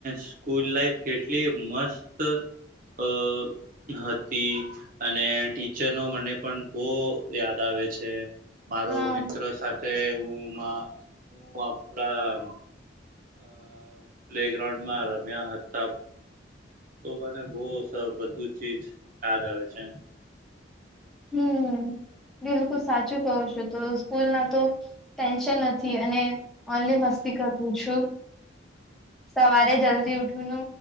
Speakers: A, on the right (about 45°); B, in the centre.
A: સ્કૂલ લાઈફ કેટલી મસ્ત અ હતી અને ટીચરનો મને પણ બહું યાદ આવે. આવે છે. મારો
B: હા
A: મિત્રો સાથે હું હું આપણા અ પ્લે ગ્રાઉન્ડ માં રમ્યા હતા. તો મને બો બધું ચીજ યાદ આવે છે.
B: હમ્મ બિલકુલ સાચું કવ છું તો સ્કૂલ ના તો ટેન્શન નથી અને ઓનલી મસ્તી કરું છું સવારે જલ્દી દેવઠ
A: હમ
B: ન